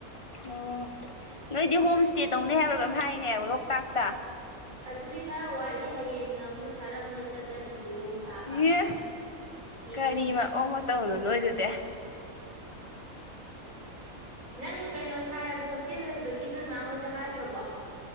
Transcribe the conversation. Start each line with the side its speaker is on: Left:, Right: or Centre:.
Left: ꯑꯣ ꯅꯣꯏꯗꯤ ꯍꯣꯝ ꯏꯁꯇꯦ ꯇꯧꯅꯤ ꯍꯥꯏꯕ꯭ꯔꯥ ꯀꯩꯅꯣꯝ ꯍꯥꯏꯅꯦ ꯂꯣꯛꯇꯥꯛꯇ
Right: ꯑꯗꯨꯗꯤ ꯈꯔ ꯋꯥꯠꯂꯤ ꯍꯌꯦꯡꯅ ꯑꯃꯨꯛ ꯁꯥꯔꯝꯗ ꯆꯠꯂꯅꯤ ꯀꯤꯍꯣꯝ ꯆꯥꯕ
Left: ꯌꯦ
Right: ꯌꯦꯍꯦ
Left: ꯀꯔꯤ ꯃꯑꯀꯡ ꯇꯧꯅꯨ ꯅꯣꯏꯗꯨꯗꯤ
Right: ꯅꯪ ꯀꯩꯅꯣꯗ ꯍꯥꯏꯔꯕꯣ ꯍꯣꯁꯇꯦꯜ ꯂꯩꯕꯒꯤ ꯅꯣꯏꯃꯥ ꯍꯣꯏꯗ ꯍꯥꯏꯈ꯭ꯔꯕꯣ